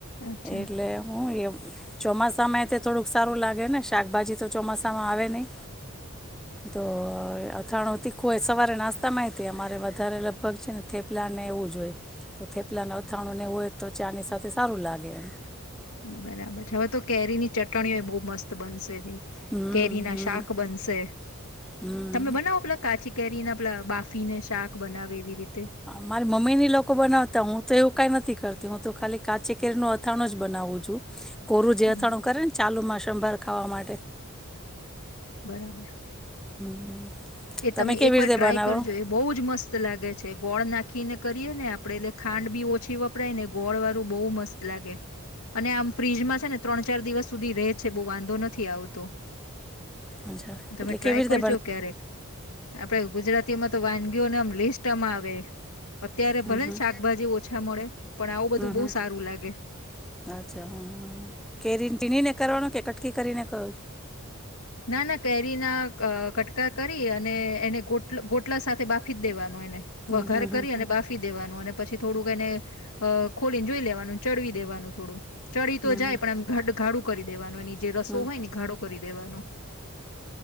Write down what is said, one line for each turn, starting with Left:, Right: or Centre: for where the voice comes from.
Left: અચ્છા
Centre: એટલે હું ચોમાસામાં એ તો થોડુંક સારું લાગે ને શાકભાજી તો ચોમાસામાં આવે નય. તો અથાણું તીખું હોય સવારે નાસ્તા માય તે અમારે વધારે લગભગ છે ને થેપલા ને એવું જ હોય તો થેપલા ના અથાણું ને હોય તો ચાની સાથે સારું લાગે એમ.
Left: બરાબર છે, હવે તો કેરી ની ચટણીઓ એ બો મસ્ત બનશે એની.
Centre: હમ
Left: કેરી ના
Centre: હમ
Left: શાક બનશે
Centre: હમ
Left: તમે બનાવો પેલા કાચી કેરીના પલા બાફી ને શાક બનાવે એવી રીતે
Centre: મારી મમ્મી ની લોકો બનાવતા. હું તો એવું કઈ નથી હું તો ખાલી કાચી કેરીનુ અથાણું જ બનાવું છું. કોરું જે
Left: હમ
Centre: અથાણું કરે ને ચાલુ મા બાર ખાવા માટે.
Left: બરાબર. !
Centre: હમ. <inaudible>
Left: એ તમે
Centre: કેવી
Left: એક વાર
Centre: રીતે
Left: ટ્રાય
Centre: બનાવો
Left: કરજો, એ બહુ જ મસ્ત લાગે છે. તે ગોળ નાખીને કરીએ ને, આપડે એટલે ખાંડ બી ઓછી વપરાય ને ગોળવાળુ બહુ મસ્ત લાગે. અને આમ ફ્રીજ મા છે ને ત્રણ ચાર દિવસ સુધી રે છે. બહું વાંધો નથી આવતો.
Centre: અચ્છા
Left: તમે,
Centre: એટલે
Left: ટ્રાય
Centre: કેવી રીતે
Left: કરજો
Centre: બનાવી
Left: ક્યારેક. આપડે ગુજરાતીમાં તો, વાનગીઓના આમ લિસ્ટ આવે. અત્યારે
Centre: હમ
Left: ભલે
Centre: હમ
Left: ને શાકભાજી ઓછા મળે, પણ આવું બધું
Centre: હમ હમ
Left: બહુ સારું લાગે.
Centre: અચ્છા હમ હમ કેરીને છીણીને કરવાનો કે, કટકી કરીને કરો છો
Left: ના ના કેરીના કટકા કરી. અને એને ગોટ ગોટલા સાથે બાફી જ દેવાનું એને. વઘાર
Centre: હમ હમ
Left: કરી
Centre: હમ
Left: અને બાફી દેવાનું, અને પછી થોડુંક એને અ ખોલીને જોઈ લેવાનું, ચડવી દેવાનું થોડું. ચડી તો
Centre: હમ
Left: જાય. પણ એમ ઘટઘાડુ કરી દેવાનું. એ જે રસો
Centre: હમ
Left: હોય ને ઘાડો કરી દ દેવાનું.